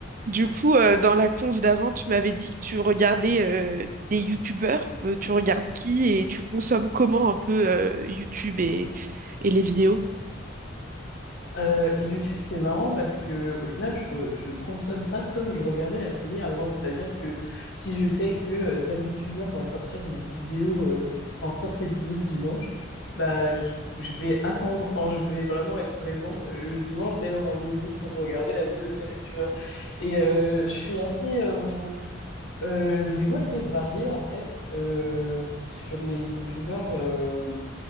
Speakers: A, on the right; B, on the left.
A: Du coup, euh, dans la conf d'avant, tu m'avais dit que tu regardais euh, des youtubeurs. Euh, tu regardes qui et tu consommes comment un peu euh, YouTube et, et les vidéos?
B: Euh, YouTube, c'est marrant parce que au final, je, re- je consomme ça comme je regardais la télé avant. C'est-à-dire que si je sais que euh, tel YouTuber va sortir une vidéo, euh, enfin sort ses vidéos le dimanche, bah je, je vais attendre, enfin je vais vraiment être présente euh, le dimanche, c'est le rendez-vous pour regarder la vidéo de tel YouTuber. Et euh, je suis assez, euh, euh, j'ai des goûts assez variés en fait euh, sur les YouTubers. euh,